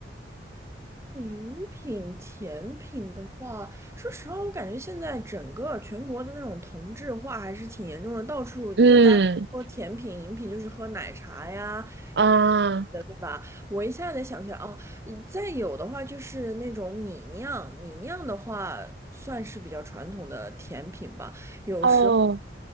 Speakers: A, on the right; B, on the right.
A: 饮品、甜品的话，说实话，我感觉现在整个全国的那种同质化还是挺严重的，到处在大家说甜品、
B: 嗯
A: 饮品，就是喝奶茶呀
B: 啊，
A: 的，对吧？我一下子想起来，哦，嗯再有的话就是那种米酿，米酿的话算是比较传统的甜品吧，有时候。
B: 哦，